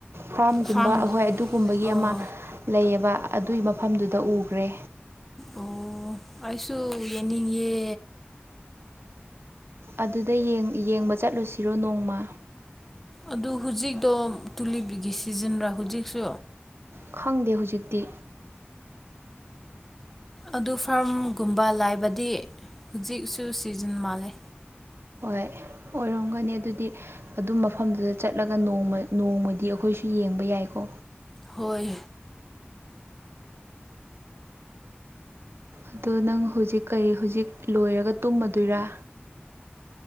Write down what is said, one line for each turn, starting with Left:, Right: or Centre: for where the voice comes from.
Right: ꯐꯥꯝꯒꯨꯝꯕ
Centre: ꯐꯥꯔꯝ
Right: ꯑꯩꯈꯣꯏ ꯑꯗꯨꯒꯨꯝꯕꯒꯤ
Centre: ꯑꯣ
Right: ꯑꯃ ꯂꯩꯌꯦꯕ ꯑꯗꯨꯏ ꯃꯐꯝꯗꯨꯗ ꯎꯈ꯭ꯔꯦ
Centre: ꯑꯣ ꯑꯩꯁꯨ ꯌꯦꯡꯅꯤꯡꯉꯦ
Right: ꯑꯗꯨꯗ ꯌꯦꯡꯕ ꯆꯠꯂꯨꯁꯤꯔꯣ ꯅꯣꯡꯃ
Centre: ꯑꯗꯨ ꯍꯧꯖꯤꯛꯇꯣ ꯇꯨꯂꯤꯞꯒꯤ ꯁꯤꯖꯤꯟꯅꯕ꯭ꯔꯥ ꯍꯧꯖꯤꯛꯁꯨ
Right: ꯈꯪꯗꯦ ꯍꯧꯖꯤꯛꯇꯤ
Centre: ꯑꯗꯨ ꯐꯥꯔꯝꯒꯨꯝꯕ ꯂꯥꯏꯕꯗꯤ ꯍꯧꯖꯤꯛꯁꯨ ꯁꯤꯖꯤꯟ ꯃꯥꯜꯂꯦ
Right: ꯍꯣꯏ ꯑꯣꯏꯔꯝꯒꯅꯤ ꯑꯗꯨꯗꯤ ꯑꯗꯨꯝ ꯃꯐꯝꯗꯨꯗ ꯆꯠꯂꯒ ꯅꯣꯡꯃꯅꯤ ꯅꯣꯡꯃꯗꯤ ꯑꯩꯈꯣꯏꯁꯨ ꯌꯦꯡꯕ ꯌꯥꯏꯀꯣ
Centre: ꯍꯣꯏ
Right: ꯑꯗꯣ ꯅꯪ ꯍꯧꯖꯤꯛ ꯀꯩ ꯍꯧꯖꯤꯛ ꯂꯣꯏꯔꯒ ꯇꯨꯝꯃꯗꯣꯏꯔꯥ